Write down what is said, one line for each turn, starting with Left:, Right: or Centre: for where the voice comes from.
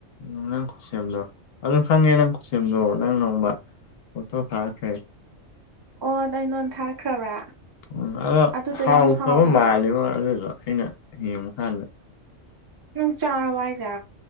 Left: ꯎ ꯅꯪ ꯈꯨꯠꯁꯦꯝꯗꯣ ꯑꯗꯨ ꯈꯪꯉꯦ ꯅꯪ ꯈꯨꯠꯁꯦꯝꯗꯣ ꯅꯪ ꯅꯣꯡꯃ ꯑꯣꯊꯣ ꯊꯥ ꯍꯦ
Right: ꯑꯣꯗ ꯑꯩ ꯅꯣꯟ ꯊꯥꯔꯛꯈ꯭ꯔꯕ꯭ꯔꯥ
Left: ꯎ ꯑꯗꯣ
Right: ꯑꯗꯨꯗꯣ
Left: ꯍꯥꯎꯖꯕ
Right: ꯌꯥꯝ ꯍꯥꯎꯕꯅꯦ
Left: ꯃꯥꯜꯂꯤꯕ ꯑꯗꯨꯗꯣ ꯑꯩꯅ ꯌꯦꯡꯕ ꯀꯥꯟꯗ
Right: ꯅꯨꯡ ꯆꯥꯔꯕꯏꯖꯥ